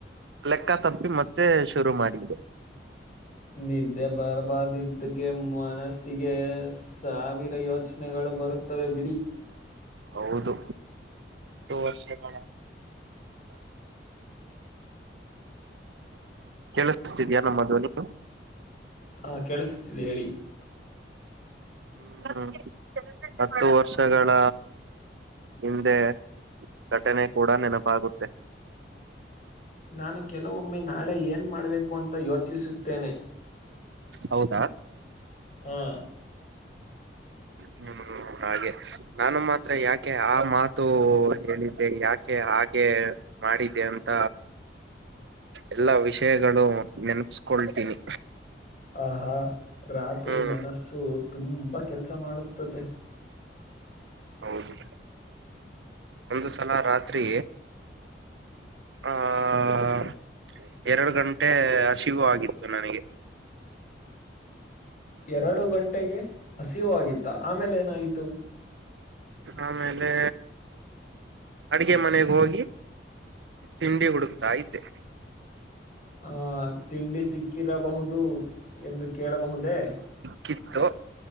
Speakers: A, on the right (about 80°); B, on the left (about 45°).
A: ಲೆಕ್ಕ ತಪ್ಪಿ ಮತ್ತೆ ಶುರು ಮಾಡಿದ್ದೆ.
B: ನಿದೇ ಬರ್ಬರ್ ಇದಕೆ ಮನಸ್ಸಿಗೆ ಸಾವಿರ ಯೋಚನೆಗಳು ಬರುತ್ತವೆ ಬಿಡಿ
A: ಹೌದು ಎ ವರ್ಷಗಳ ಕೆೇಳಸ್ತಿದ್ಯಾ ನಮ್ಮ ದ್ವನಿ
B: ಹಾ ಕೇಳಿಸತಿದೆ ಹೇಳಿ
A: ಹ್ಮ್ ಹತ್ತು ವರ್ಷಗಳ ಹಿಂದೆ ಘಟನೆ ಕೂಡ ನೆನಪಾಗುತ್ತೆ
B: ನಾನು ಕೆಲವೊಮ್ಮೆ ನಾಳೆ ಏನ್ ಮಾಡ್ಬೇಕು ಅಂತ ಯೋಚಿಸುತ್ತೇನೆ.
A: ಹೌದಾ
B: ಹಾ
A: ಹ್ಮ ಹಾಗೆ ನಾನು ಮಾತ್ರ ಯಾಕೆ ಆ ಮಾತು ಹೇಳಿದ್ದೆ ಯಾಕೆ ಹಾಗೆ ಮಾಡಿದೆ ಅಂತ ಎಲ್ಲಾ ವಿಷಯಗಳು ನೆನಪ್ಸ್ಕೊಳ್ತೀನಿ.
B: ಆಹಾ ರಾತ್ರಿ
A: ಹ್ಮ್
B: ಮನಸ್ಸು ತುಂಬಾ ಕೆಲ್ಸ ಮಾಡುತ್ತುತ್ತದೆ.
A: ಹೌದು ಒಂದು ಸಲ ರಾತ್ರಿ ಆಆ ಎರಡು ಗಂಟೆ ಹಸಿವು ಆಗಿತ್ತು ನನಗೆ
B: ಎರಡು ಗಂಟೆಗೆ ಹಸಿವು ಆಗಿತ್ತ ಆಮೇಲೆ ಏನಾಯಿತು.
A: ಆಮೇಲೆ ಅಡಿಗೆ ಮನೆಗೆ ಹೋಗಿ ತಿಂಡಿ ಹುಡುತ್ತಾಯಿದ್ದೆ
B: ಆ ತಿಂಡಿ ಸಿಕ್ಕಿರಬಹುದು ಎಂದು ಕೇಳಬಹುದೇ.
A: ಕಿತ್ತು